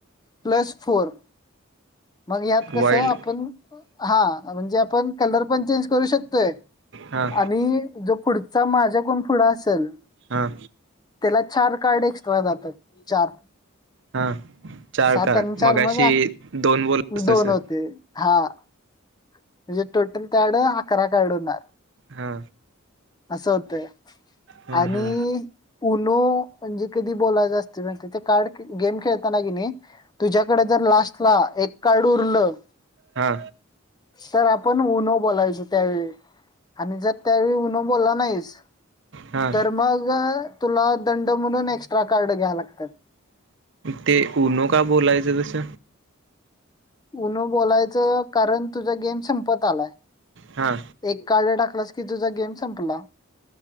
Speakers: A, on the left; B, on the right.
A: प्लस फोर मग यात कस
B: वाईल्ड
A: आपण हा म्हणजे आपण कलर पण चेंज करू शकतोय
B: हा
A: आणि जो पुढचा माझ्या कोण पुढं असेल
B: हा
A: त्याला चार कार्ड एक्स्ट्रा जातात चार
B: हा चार
A: सात
B: कार्ड
A: आणि चार
B: मगाशी
A: मग
B: दोन बोललास
A: दोन
B: तसं
A: होते हा म्हणजे टोटल त्याड अकरा का आड होणार.
B: हा.
A: असं होतय
B: हा
A: आणि
B: हा
A: पण तु म्हणजे कधी बोलायचं असतंय माहिती गेम खेळताना तुझ्याकडे जर लाल एक कार्ड उरलं
B: हा.
A: तर आपण उन्ह बोलायचो त्यावेळी आणि जर त्यावेळी उन्हो बोलला नाहीस
B: हा
A: तर मग तुला दंड म्हणून एक्स्ट्रा कार्ड घ्या लागतात.
B: ते उनो का बोलायच तस
A: उनू बोलायचं कारण तुझा गेम संपत आलाय
B: हा
A: एक कार्ड टाकलास की तुझा गेम संपला